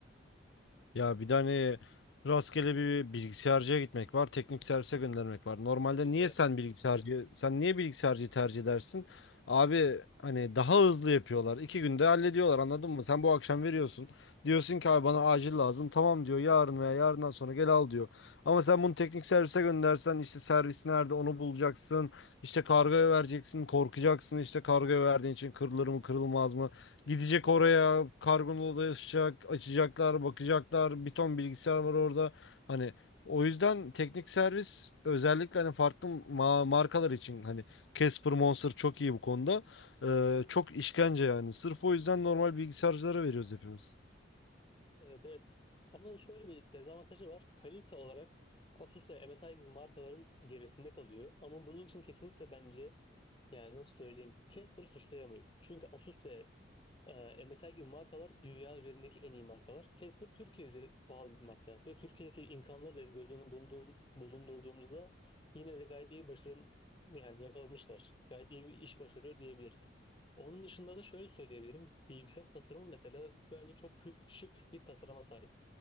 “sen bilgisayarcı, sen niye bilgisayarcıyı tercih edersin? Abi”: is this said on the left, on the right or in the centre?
Left